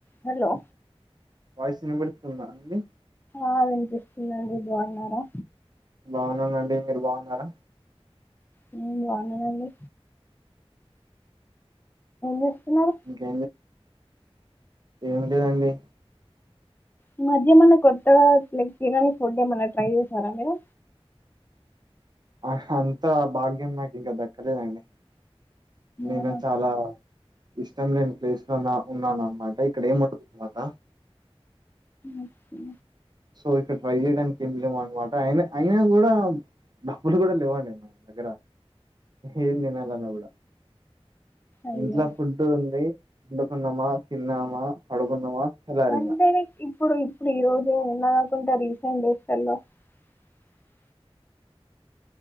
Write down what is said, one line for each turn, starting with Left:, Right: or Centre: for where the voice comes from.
Left: Hello
Right: voice వినబడుతుందా అండి
Left: ఆ వినిపిస్తుందండి బాన్నారా
Right: బాగున్నానండి మీరు బాన్నారా
Left: హ్మ్ బాన్నానండి చేస్తున్నారు
Right: ఇంకేం ఏమింటదండి
Left: ఈ మధ్య ఏమన్నా కొత్తగా లైక్ తినని ఫుడ్ ఏమన్నా ట్రై చేసారా మీరు
Right: ఆ అంత భాగ్యం నాకు ఇంకా దక్కలేదండి నేను
Left: అవునా?
Right: చాలా ఇష్టం లేని ప్లేస్లోన్నా ఉన్నాను అనమాట ఇక్కడ ఏము ఉండదనమాట
Left: ఓకే.
Right: సో ఇక్కడ ట్రై చేయడానికి ఏం లేవు అనమాట అయ అయినా కూడా డబ్బులు కూడా లేవండి నా దగ్గర ఏేం నేనాలనా కూడాడ <unintelligible>
Left: అయ్యో
Right: ఇంట్లో ఫుడ్ ఉంది వండుకున్నామా తిన్నామా పడుకున్నామా తెల్లారిందా
Left: అంటే లైక్ ఇప్పుడు ఇప్పుడు ఈ <inaudible>